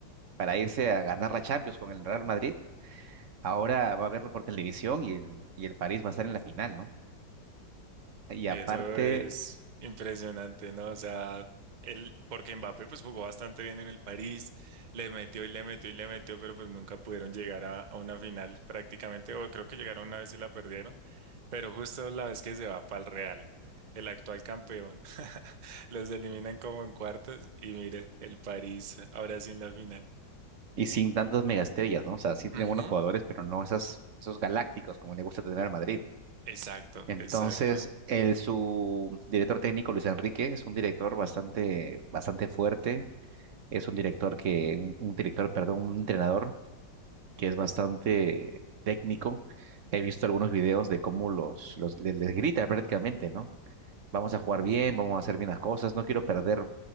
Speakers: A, on the right; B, on the right.
A: para irse a ganar la Champions con el Real Madrid, ahora va a verlo por televisión y el, y el París va a estar en la final, ¿no? Y
B: Eso
A: aparte,
B: es impresionante, ¿no? O sea, él, porque Mbappé pues jugó bastante bien en el París, le metió y le metió y le metió, pero pues nunca pudieron llegar a, a una final prácticamente, o creo que llegaron una vez y la perdieron, pero justo la vez que se va para el Real, el actual campeón, <laughs> los eliminan como en cuartos y mire, el París ahora sí en la final.
A: y sin tantas megaestrellas, ¿no? O sea, sí tiene
B: Ujú,
A: buenos jugadores, pero no esas, esos galácticos como le gusta tener al Madrid.
B: Exacto,
A: Entonces,
B: exacto.
A: el, su director técnico, Luis Enrique, es un director bastante, bastante fuerte. Es un director que, un un director, perdón, un entrenador que es bastante técnico. He visto algunos videos de cómo los, los les, les grita prácticamente, ¿no? Vamos a jugar bien, vamos a hacer bien las cosas, no quiero perder,